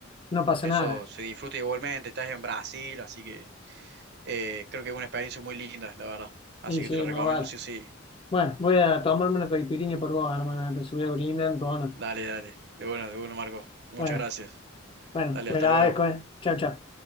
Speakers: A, on the left; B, on the right.
A: no pasa
B: eso
A: nada,
B: se disfruta igualmente, estás en Brasil, así que eh, creo que es una experiencia muy linda, la verdad. Así
A: y
B: que
A: sí,
B: te lo recomiendo,
A: más vale.
B: sí, sí.
A: Bueno, voy a tomarme una caipirinha por vos, hermana. Te voy a brindar en tu honor.
B: Dale, dale. De bueno, de bueno, Marco. Muchas
A: Bueno,
B: gracias.
A: bueno,
B: Dale,
A: te
B: hasta
A: agradezco,
B: luego.
A: eh. Chao, chao.